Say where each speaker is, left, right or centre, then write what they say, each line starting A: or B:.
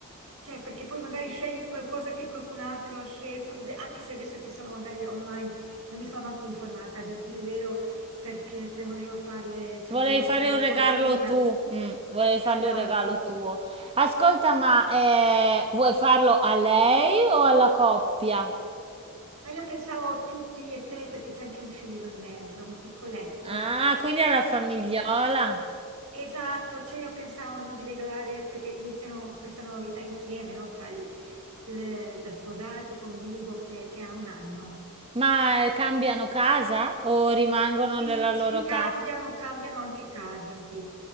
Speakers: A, on the right; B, on the right.
A: cioè perché poi magari scegli qualcosa che qualcun altro ha scelto, anche se adesso ci sono magari online, non mi sono manco informata, a dirti il vero, perché cioè, volevo farle, cioè,
B: Volevi
A: volevo
B: fare
A: fare una
B: un regalo
A: cosa mia.
B: tu, mm, volevi
A: Esatto,
B: fargli un regalo
A: sì.
B: tuo. Ascolta, ma eh, vuoi farlo a lei o alla coppia?
A: Ma io pensavo tutti e tre perché c'è anche un figlio in mezzo, un piccoletto.
B: Ah, quindi alla famigliola.
A: Esatto, cioè io pensavo no, di regalare perché iniziano questa nuova vita insieme, no? Cioè il- il- da sposati con bimbo che, che ha un anno.
B: Ma eh, cambiano casa o rimangono
A: Sì,
B: nella
A: sì,
B: loro
A: cambiano,
B: casa?
A: cambiano anche casa, sì.